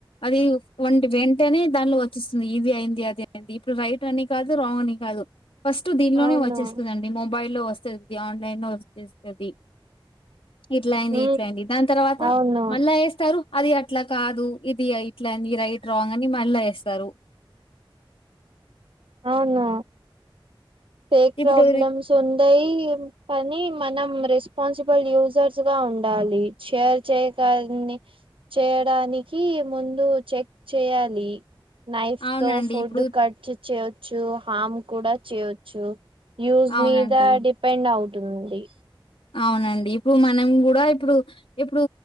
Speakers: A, on the left; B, on the right.
A: అది వంటి వెంటేనే. దానిలో వచ్చిస్తున్నాయి ఇది అయింది అది అయింది ఇప్పుడు రైట్ అని కాదు రాంగ్ అని కాదు. ఫస్ట్ దీనిలోనే
B: అవును
A: వచ్చేస్తున్నాయండి మొబైల్లో. ఆన్లైన్ లో వచ్చేస్తేది. ఇట్లా అయింది
B: ఉమ్
A: ఇట్లాయింది దాని తర్వాత
B: అవును
A: మళ్ళా ఎస్తారు. అది అట్లా కాదు ఇది అట్లని రైట్ రాంగ్ అని మళ్ళా వేస్తారు.
B: అవునా. ఫేక్
A: ఇప్పుడు
B: ప్రాబ్లమ్స్ ఉన్నాయి కానీ మనం. రెస్పాన్సిబుల్ యూజర్స్ గా ఉండాలి షేర్ చేయడాన్ని చేయడానికి. కి ముందు చెక్ చేయాలి. నైఫ్
A: అవునండి.
B: తో ఫుడ్
A: ఇప్పుడు
B: కట్ చేయచ్చు హామ్ కూడా చేయొచ్చు. యూజ్
A: అవునండి.
B: మీద డిపెండ్ అవుతుంది.
A: అవునండి ఇప్పుడు మనం కూడా ఇప్పుడు ఇప్పుడు